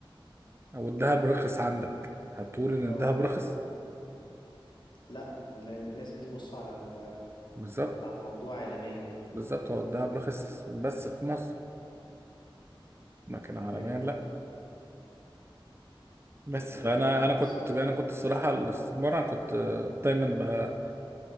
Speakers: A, on the right; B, on the left.
A: والذهب رخص عندك هتقول ان
B: اه
A: الذهب رخص
B: لا ل- لازم تبص على ال-
A: بالظبط
B: على الموضوع عالميا يعني
A: بالظبط
B: امم
A: هو الذهب رخص بس في مصر لكن عالميا
B: fair enough
A: لا بس
B: يعني
A: فانا
B: عندك حق
A: انا كنت
B: الصراحة
A: انا كنت الصراحه الاستثمار انا كنت آه، دايما بقى